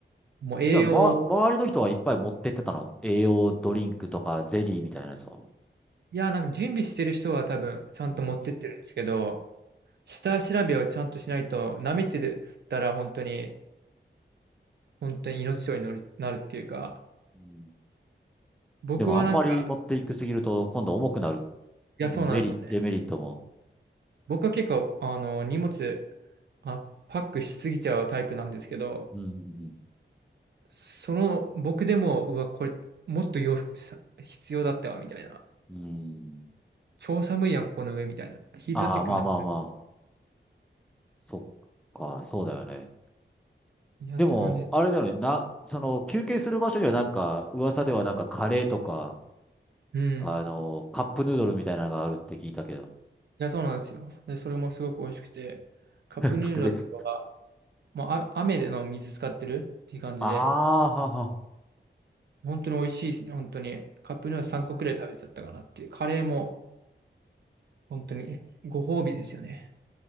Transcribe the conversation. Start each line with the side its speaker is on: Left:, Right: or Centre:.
Right: もう栄養、
Centre: じゃあ、ま、周りの人はいっぱい持ってってたの栄養ドリンクとかゼリーみたいなやつを。
Right: いや、なんか準備してる人は多分ちゃんと持ってってるんですけど、
Centre: うん
Right: 下調べをちゃんとしないと、舐めてたら本当に、本当に命取りになるっていうか、
Centre: うん
Right: 僕はなんか、
Centre: でも、あんまり持っていくすぎると、今度重くなる。
Right: いや、
Centre: うんメリ、
Right: そうなんですよね。
Centre: デメリットも。
Right: 僕は結構、あの、荷物、あ、パックしすぎちゃうタイプなんですけど、
Centre: うん。
Right: その、僕でも、うわ、これ、もっと洋服さ、必要だったわ、みたいな。
Centre: うん。
Right: 超寒いやん、ここの上、みたいな。ヒートチェックな、
Centre: ああ、まあまあま
Right: い
Centre: そっか、そうだよね。
Right: や、
Centre: でも、
Right: って感じ。
Centre: あれだよね、な、その、休憩する場所にはなんか、噂ではなんかカレーとか、
Right: うん。
Centre: あの、カップヌードルみたいなのがあるって聞いたけど。
Right: いや、そうなんですよ。で、それもすごく美味しくて、カップヌードルとかは、
Centre: <laughs> 格別。
Right: もう、あ、雨での水使ってるっていう感じで、
Centre: ああ、はは。
Right: 本当に美味しいですね、本当に。カップヌードル3個くらい食べちゃったかなっていう。
Centre: うん
Right: カレーも、本当にご褒美ですよね。